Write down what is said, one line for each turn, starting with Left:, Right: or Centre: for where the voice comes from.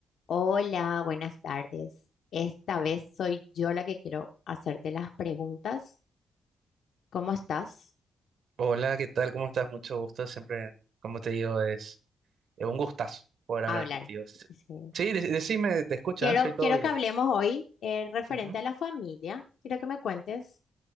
Left: Hola, buenas tardes. Esta vez soy yo la que quiero hacerte las preguntas. ¿Cómo estás?
Right: Hola, ¿qué tal? ¿Cómo estás? Mucho gusto. Siempre, como te digo, es, es un gustazo poder hablar
Left: A Hablar.
Right: contigo. Sí,
Left: Sí.
Right: sí, de- decime, te escuchas,
Left: Quiero,
Right: soy todo
Left: quiero
Right: oídos.
Left: que hablemos hoy eh, referente
Right: Ujú.
Left: a la familia. Quiero que me cuentes